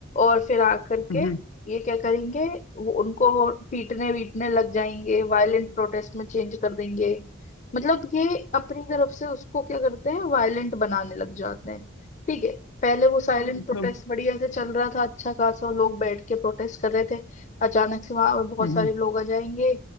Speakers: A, on the left; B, on the left.
A: और फिर आकर
B: ना
A: के ये क्या करेंगे वो उनको पीटने वीटने लग जाएंगे वायलेंट प्रोटेस्ट में चेंज कर देंगे मतलब ये अपनी तरफ से उसको क्या करते हैं वायलेंट बनाने लग जाते हैं ठीक है पहले वो साइलेंट
B: हाँ मतलब
A: प्रोटेस्ट बढ़िया से चल रहा था अच्छा खासा लोग बैठ के प्रोटेस्ट कर रहे थे अचानक से वहां बहुत
B: हम्म,
A: सारे लोग आ जाएंगे